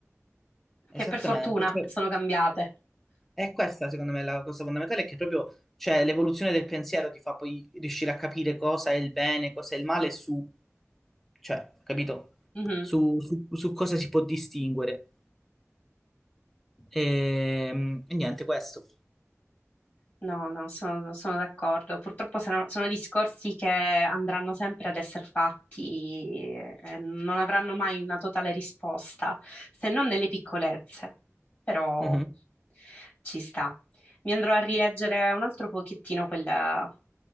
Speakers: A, in the centre; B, on the left.
A: esattamente.
B: che per fortuna
A: Cioè,
B: sono cambiate.
A: è questa, secondo me, la cosa fondamentale, è che proprio, cioè, l'evoluzione del pensiero ti fa poi riuscire a capire cosa è il bene, cosa è il male, su, cioè, capito?
B: Mhm.
A: Su, su- su cosa si può distinguere. Ehm, E, niente, questo.
B: No, no, sono, sono d'accordo. Purtroppo sono, sono discorsi che andranno sempre ad essere fatti e non avranno mai una totale risposta, se non nelle piccolezze. Però
A: Mhm.
B: ci sta. Mi andrò a rileggere un altro pochettino quel-